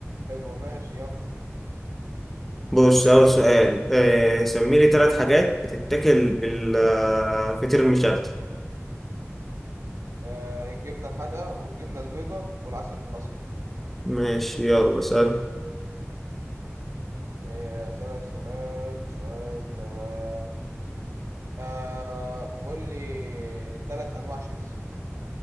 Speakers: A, on the right (about 80°); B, in the centre.
A: حلوة ماشي يلا
B: بص أول سؤال إيه سمي لي ثلاث حاجات بتتاكل بالفطير المشلتت
A: آه الجبنة الحادقة والجبنة البيضاء والعسل الأسمر
B: ماشي يلا اسأل
A: آه أسألك سؤال سؤال آه آه قول لي تلات أنواع شيبسي